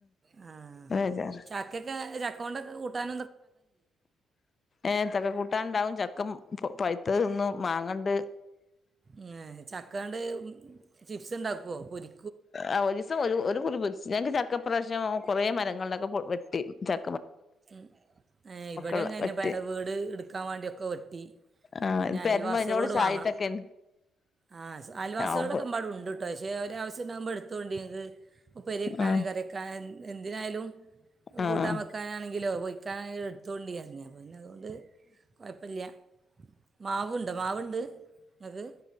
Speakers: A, on the right; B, on the left.
A: ആ
B: ബേജാറ്
A: ചക്കക്കെ ചക്കോണ്ടൊക്കെ കൂട്ടാൻ
B: ഏ ചക്ക കൂട്ടാനുണ്ടാവും ചക്ക മ ഇപ്പോ പൈത്തത് തിന്നും മാങ്ങണ്ട്
A: ഉം ചക്കെണ്ട് ചിപ്സ് ഉണ്ടാക്കുവോ പൊരി
B: ആ ഒരു ദിവസം ഒരു കുറി പൊരിച്ച് ഞങ്ങക്ക് ച ഇപ്രാവശ്യം കുറേ മരങ്ങളിണ്ട് അതൊക്കെ വെട്ടി ച
A: ഉം ഏ ഇവിടെ
B: ഉള്ള
A: ഇങ്ങനെ
B: വെട്ടി
A: ബേ വീട് എടുക്കാൻ വേണ്ടിയൊക്കെ വെ ട്ടി
B: ആഹ്
A: പിന്നെ അയൽവാസികളോട്
B: പെരമ അതിനോട് ചായിട്ടൊക്കെ
A: വാങ്ങണം ആ അയൽവാസികളൊക്കെ
B: ആവുമ്പോ
A: എമ്പാടും ഉണ്ട് കേട്ടോ പക്ഷെ അവര് ആവശ്യം ഇണ്ടാകുമ്പോ എടുത്തോണ്ടി അത് ഉപ്പേരി വെക്കാന്
B: ആഹ്
A: കറിവെക്കാന് എന്തിനായാലും
B: ആഹ്
A: കൂട്ടാൻ വെക്കാനാണെ ലോ പോയിക്കാനി എടുത്തോണ്ട് <unintelligible> പിന്നെ അതുകൊണ്ട് കൊഴപ്പല്യാ മാവുണ്ട് മാവുണ്ട് അത്